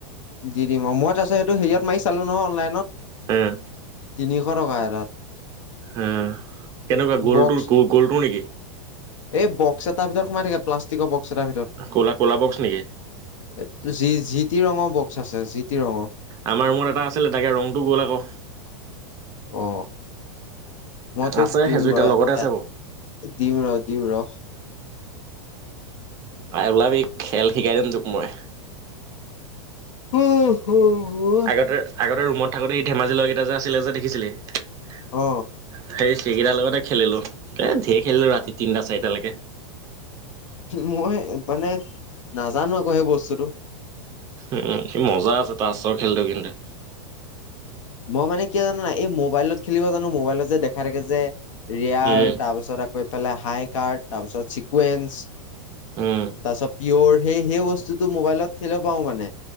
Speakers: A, on the left; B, on the right.
A: দি দিম মই তাৰপিছত সেইটো হেৰিয়ত মাৰি চালোঁ নহয় অনলাইনত।
B: উম।
A: তিনিশ টকা এটাত।
B: হা কেনেকুৱা গ'লটোৰ
A: বক্স
B: গ-গ'লটো নেকি।
A: এই বক্স এটা ভিতৰত সোমাই থাকে প্লাষ্টিকৰ বক্সৰ এটা ভিতৰত।
B: ক'লা ক'লা বক্স নেকি?
A: <unintelligible> জি টি ৰঙৰ বক্স আছে জি টি ৰঙৰ।
B: আমাৰ ৰুমত এটা আছিলে, তাকে ৰংটো গ'ল আকৌ।
A: অ। মই তোক
B: আছে
A: দিম
B: সেইযোৰ
A: ৰ
B: এতিয়া লগতে আছে
A: এ
B: বাৰু।
A: দিউৰ দিউৰ।
B: তই, ওলাবি খেল শিকাই দিম তোক মই।
A: <unintelligible>
B: আগতে আগতে ৰুমত থাকোতে সেই ধেমাজিৰ ল'ৰা কেইটা যে আছিলে যে দেখিছিলি সেই।
A: অ
B: সেইকেইটাৰ লগতে খেলিলোঁ ধেৰ খেলিলোঁ ৰাতি তিনিটা চাৰিটালৈকে।
A: মই মানে নাজানো আকৌ সেই বস্তুটো।
B: উম <unintelligible> মজা আছে তাছৰ খেলটো কিন্তু।
A: মই মানে কি হয় জানোঁ নে নাই এই মোবাইলত খেলিব জানোঁ মোবাইলত যে দেখাই থাকে যে ৰিয়াৰ
B: উম
A: তাৰপিছত আক <unintelligible> পেলাই হাই কাৰ্ড তাৰপিছত চিকুৱেঞ্চ
B: উম
A: তাৰপিছত। পিয়ৰ সেই, সেই বস্তুটো মোবাইলত খেলিব পাওঁ মানে